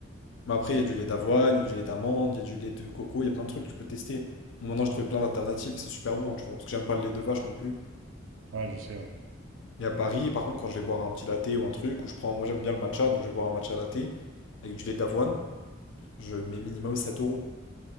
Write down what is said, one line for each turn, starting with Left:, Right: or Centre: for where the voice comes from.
Left: Mais après, il y a du lait d'avoine, il y a du lait d'amande, il y a du lait de coco, il y a plein de trucs que tu peux tester. Bon, maintenant, j'ai
Right: Ouais,
Left: trouvé plein d'alternatives, c'est super bon, tu vois, parce que j'aime pas le lait de vache non plus.
Right: Ouais, je sais, ouais.
Left: Et à Paris, par contre, quand je vais boire un petit latte ou un truc, ou je prends, moi j'aime bien le matcha, donc je vais boire un matcha latte avec du lait d'avoine, je mets minimum 7 euros.